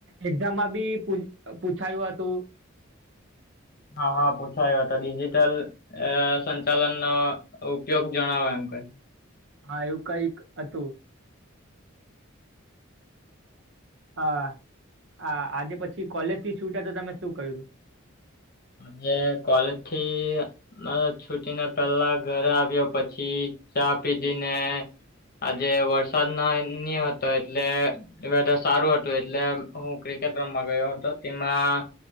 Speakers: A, on the right; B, on the left.
A: એક્ઝામ માં બી, પુછ પુછાયું હતું.
B: હા, હા, પુછાયું હતું. ડિજીિટલ અ સંચાલન નો ઉપયોગ જણાવો, એમ કરીને.
A: હા એવું કંઈ હતું.
B: <inaudible>
A: અ હ, આજે પછી કોલેજ થી છુયટા તો તમે શું કયરુ?
B: આજે કોલેજ થી અ છુટીને પેલા ઘરે આવ્યો, પછી ચા પીધી, ને આજે વરસાદ ન નની હતો, એટલે વેધર સારું હતું, એટલે હું ક્રિકેટ રમવા ગયો હતો, તેમાં